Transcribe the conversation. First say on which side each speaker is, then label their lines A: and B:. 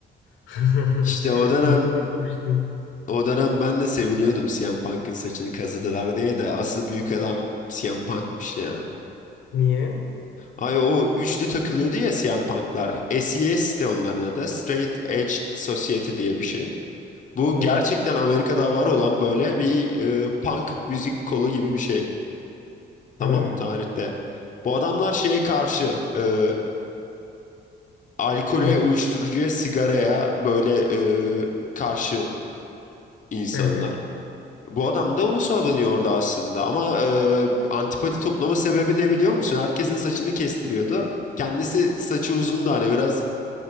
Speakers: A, on the left; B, on the left.
A: <laughs>
B: İşte o dönem
A: Bunu çok atlamıştım.
B: o dönem ben de seviniyordum CM Punk'ın saçını kazıdılar diye de asıl büyük adam CM Punk'mış ya.
A: Niye?
B: Ay o üçlü takılıyordu ya CM Punk'lar. SES de onların adı. Straight Edge Society diye bir şey. Bu
A: He.
B: gerçekten Amerika'da var olan böyle bir e, punk müzik kolu gibi bir şey. Tamam
A: He.
B: mı tarihte? Bu adamlar şeye karşı e, alkole,
A: Ne?
B: uyuşturucuya, sigaraya böyle e, karşı insanlar.
A: He.
B: Bu adam da onu savunuyordu aslında ama e, antipati toplama sebebi ne biliyor musun? Herkesin saçını kestiriyordu. Kendisi saçı uzundu hani biraz